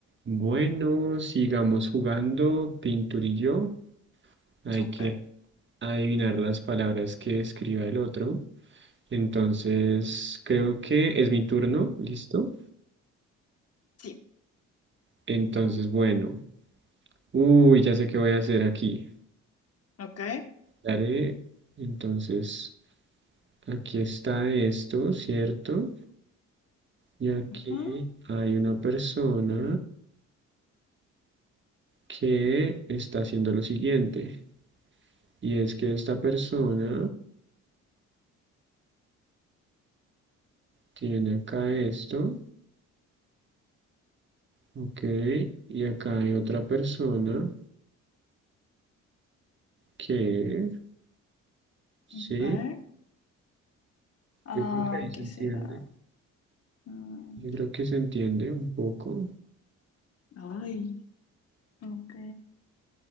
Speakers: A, on the right; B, on the left.
A: Bueno, sigamos jugando, Pinturillo. Hay
B: Súper.
A: que adivinar las palabras que escriba el otro. Entonces, creo que es mi turno, ¿listo?
B: Sí.
A: Entonces, bueno. Uy, ya sé qué voy a hacer aquí.
B: Ok.
A: Daré, entonces, aquí está esto, ¿cierto? Y aquí
B: Ujú,
A: hay una persona que está haciendo lo siguiente. Y es que esta persona tiene acá esto. Ok, y acá hay otra persona que,
B: ok.
A: sí,
B: Ah,
A: yo creo que ahí se
B: ¿qué
A: entiende,
B: será? Mm,
A: yo creo que se entiende un poco,
B: Ay, ok.